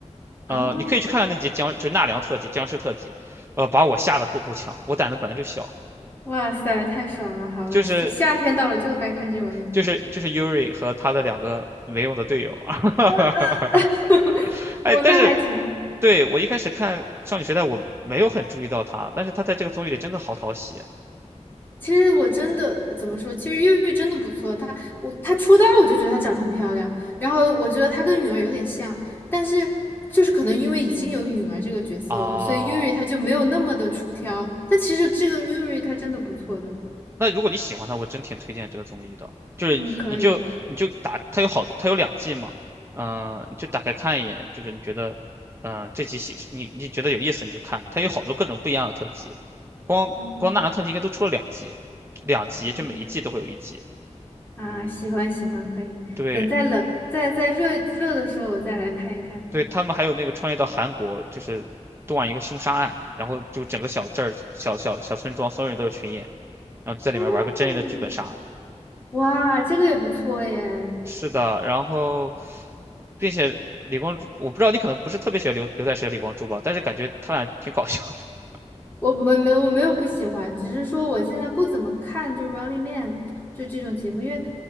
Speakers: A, on the right (about 20°); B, on the left (about 15°).
A: 呃，
B: 哦，
A: 你可以去看看那集僵，就是纳凉特辑、僵尸特辑，呃，把我吓得够够呛。我胆子本来就小，
B: 哇塞，太爽了！好，
A: 就是
B: 这夏天到了就该看这玩意儿。
A: 就是就是 Yuri 和他的两个没用的队友。<laughs>
B: 呃呃，<laughs>
A: 哎，
B: 我那还挺，
A: 但是对我一开始看《少女时代》，我没有很注意到他，但是他在这个综艺里真的好讨喜
B: 其实我真的怎么说？其实越狱真的不错，她我她出道我就觉得她长得很漂亮，然后我觉得她跟允儿有点像，但是就是可能因为已经有允儿这个角色了，
A: 啊。
B: 所以 Yuri 她就没有那么的出挑。但其实这个 Yuri 她真的不错的，
A: 那如果你喜欢他，我真挺推荐这个综艺的。就是你就你就打，
B: 嗯，可以，
A: 它有好多，它有两季嘛，嗯、你就打开看一眼，就是你觉得，嗯、这集戏你你觉得有意思你就看，它有好多各种不一样的特辑，光光纳兰特辑应该都出了两集，
B: 嗯
A: 两集就每一季都会有一集。
B: 嗯。啊，
A: 嗯，
B: 喜欢喜欢，可以。
A: 对
B: 等再冷，再再热热的时候，我再来看一看。
A: 对，他们还有那个穿越到韩国，就是断一个凶杀案，然后就整个小镇儿、小小小村庄，所有人都是群演，然后在里面玩个真人的剧本杀。
B: 哦，哇，这个也不错耶。
A: 是的，然后，并且李光洙，我不知道你可能不是特别喜欢刘刘在石和李光洙吧，但是感觉他俩挺搞笑的。<laughs>
B: 我没没有我没有不喜欢，只是说我现在不怎么看就《Running Man》就这种节目，因为